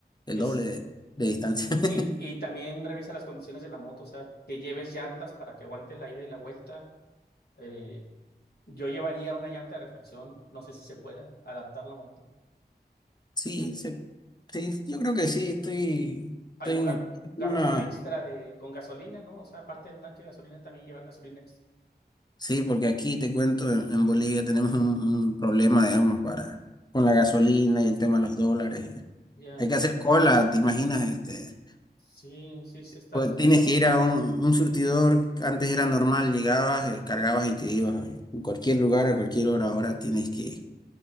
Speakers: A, on the left (about 25°); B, on the left (about 65°).
A: el
B: Es,
A: doble de de distancia. <laughs>
B: y, y también revisa las condiciones de la moto, o sea, que lleves llantas para que aguante la ida y la vuelta. Eh, yo llevaría una llanta de refacción, no sé si se pueda adaptar la moto.
A: Sí,
B: Eh,
A: se- sí, yo creo que sí, estoy,
B: algún
A: tengo
B: gar- garrafón
A: una...
B: extra de, con gasolina, ¿no? O sea, aparte del tanque de gasolina, también llevar gasolina extra.
A: Sí, porque aquí te cuento, en en Bolivia tenemos un, un problema, digamos, para, con la gasolina y el tema de los dólares. y
B: Ya,
A: hay que hacer cola, ¿te imaginas? Este,
B: sí, sí, se está.
A: pues tienes que ir a un, un surtidor, antes era normal, llegabas, eh, cargabas y te ibas a en cualquier lugar, a cualquier hora, ahora tienes que